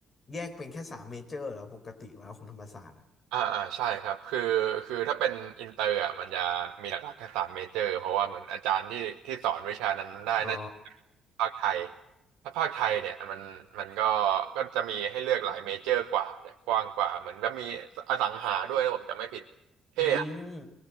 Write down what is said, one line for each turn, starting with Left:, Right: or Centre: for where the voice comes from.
Left: แยกเป็นแค่สามเมเจอร์เหรอปกติแล้วของธรรมศาสตร์อะ
Right: อ่าอ่าใช่ครับคือคือถ้าเป็นอินเตอร์อ่ะมันจะมีหลักๆแค่สามเมเจอร์เพราะว่าเหมือนอาจารย์ที่ที่สอนวิชานั้นได้น่าจะเป็น
Left: อ๋อ
Right: ภาคไทยถ้าภาคไทยเนี่ยมันมันก็ก็จะมีให้เลือกหลายเมเจอร์กว่าจะกว้างกว่าเหมือนแบบมีอสังหาด้วยนะผมจำไม่ผิดเท่อะ
Left: อืม